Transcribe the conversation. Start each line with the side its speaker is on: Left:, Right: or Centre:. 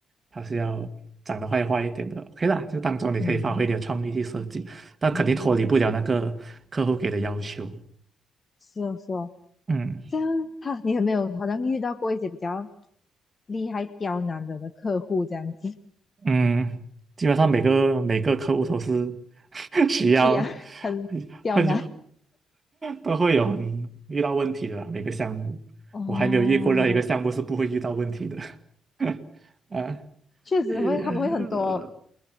Right: 他是要长得坏坏一点的，OK 啦，就当中你可以发挥你的创意去设计，
Left: 嗯
Right: 但肯定脱离不了那个客户给的要求，
Left: 嗯，是哦是哦。
Right: 嗯。
Left: 这样哈，你有没有好像遇到过一些比较厉害刁难人的客户这样子？<laughs>
Right: 嗯，基本上每个每个客户都是 <laughs> 需要
Left: 哎呀，很刁难
Right: 很都会有很遇到问题的啦，每个项目，
Left: 哦，
Right: 我还没有遇过任何一个项目是不会遇到问题的。<laughs> 啊，
Left: 确实会，
Right: 呃，
Left: 他们会很多